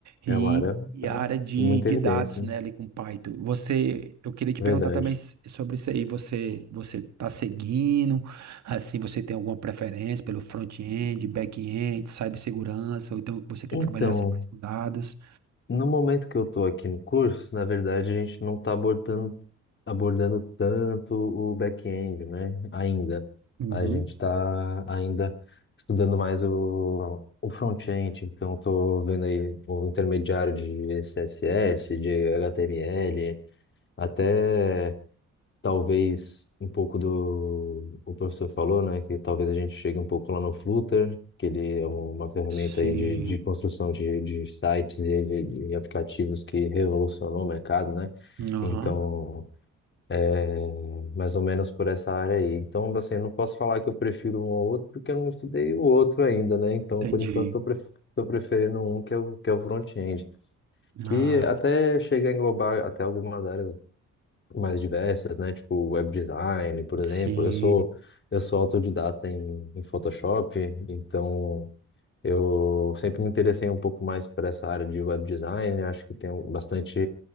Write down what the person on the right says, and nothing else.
E,
e
a área de,
de
dados, né,
ali com Python. Você, eu queria te
perguntar também s- sobre isso aí. Você, você tá seguindo? Assim, você tem alguma preferência pelo front-end, back-end, cibersegurança, ou então você quer
trabalhar sempre com dados?
Uhum.
Sim.
Aham.
Entendi.
Ah,
sim.